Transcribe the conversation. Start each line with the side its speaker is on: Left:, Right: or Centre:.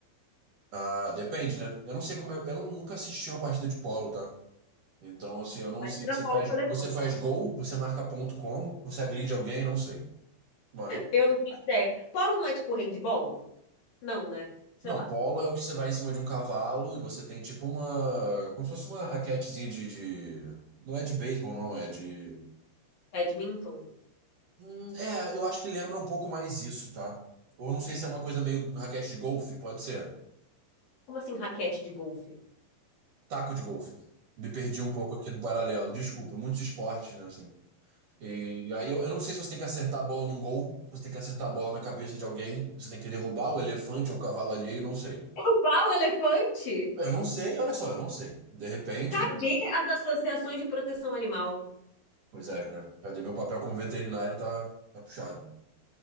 Right: Ah, depende, né? Eu não sei como. Eu, eu não- nunca assisti uma partida de polo, tá? Então, assim, eu não
Left: Imagina
Right: sei. Você
Left: Paulo
Right: faz,
Left: Colepone.
Right: você faz gol, você marca ponto como, você agride alguém, não sei. Mas.
Left: Eu não faço ideia. Polo não é tipo handball? Não, né? Sei
Right: Não,
Left: lá.
Right: polo é o que você vai em cima de um cavalo e você tem tipo uma. Como se fosse uma raquetezinha de... de- Não é de beisebol, não, é de.
Left: Badminton?
Right: Hum, É, eu acho que lembra um pouco mais isso, tá? Ou não sei se é uma coisa meio raquete de golfe, pode ser.
Left: Como assim raquete de golfe?
Right: Taco de golfe. Me perdi um pouco aqui no paralelo. Desculpa, muitos esportes, né, assim. E aí eu, eu não sei se você tem que acertar a bola num gol, se você tem que acertar a bola na cabeça de alguém, você tem que derrubar o elefante ou o cavalo alheio, não sei.
Left: Derrubar o elefante?
Right: Eu não sei, olha só, eu não sei. De repente,
Left: Cadê
Right: né? assim,
Left: as associações de proteção animal?
Right: pois é, né? Cadê meu papel como veterinário tá, tá puxado.